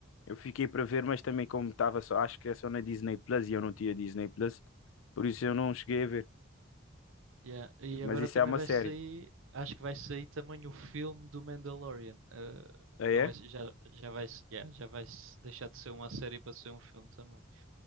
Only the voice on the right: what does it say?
Yeah. E
agora
também
vai
sair, acho que vai sair também o filme do Mandalorian. Ah,
não
é, já, já vai, se- yeah, já vai se deixar de ser uma série para ser um filme também.